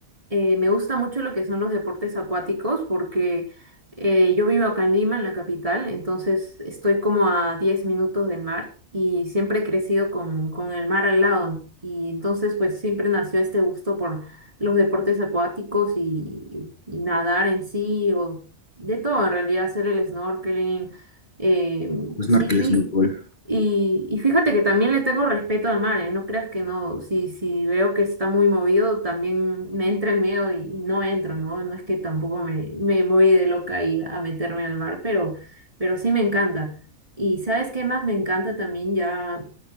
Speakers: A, on the right; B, on the left.
A: eh, me gusta mucho lo que son los deportes acuáticos porque eh, yo vivo acá en Lima, en la capital, entonces estoy como a 10 minutos del mar y siempre he crecido con, con el mar al lado. Y entonces pues siempre nació este gusto por los deportes acuáticos y, y nadar en sí o de todo, en realidad hacer el snorkeling. eh,
B: El snorkel
A: sí, sí.
B: es muy cool.
A: Y, y fíjate que también le tengo respeto al mar, ¿eh? No creas que no, si, si veo que está muy movido, también me entra el miedo y, y no entro, ¿no? No es que tampoco me, me voy de loca ahí a meterme al mar, pero, pero sí me encanta. Y ¿sabes qué más me encanta también ya?